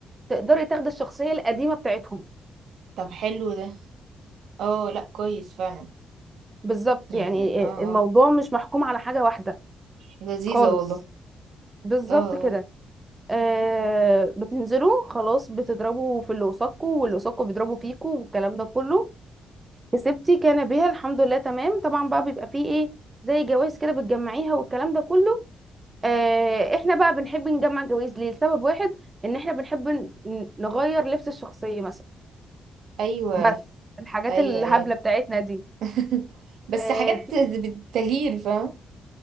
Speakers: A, on the right; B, on the right.
A: تقدري تاخدي الشخصية القديمة بتاعتهم
B: طب حلو ده اه لا كويس فعلا
A: بالظبط
B: يعني
A: يعني
B: اه
A: الموضوع
B: اه
A: مش محكوم على حاجة واحدة
B: لذيذة
A: خالص
B: والله
A: بالظبط
B: اه آه.
A: كده
B: اه.
A: آه بتنزلوا خلاص بتضربوا في اللي قصادكوا واللي قصادكوا بيضربوا فيكوا والكلام ده كله كسبتي كان بيها الحمد لله تمام طبعا بقى بيبقى فيه ايه زي جوائز كده بتجمعيها والكلام ده كله آه، احنا بقى بنحب نجمع جوائز ليه لسبب واحد ان احنا بنحب ن- نغير لبس الشخصية مثلا
B: ايوه
A: بس الحاجات
B: ايوه
A: الهبلة
B: ايوه
A: بتاعتنا دي
B: <laughs> بس
A: آه،
B: حاجات
A: في-
B: بالتغيير فاهم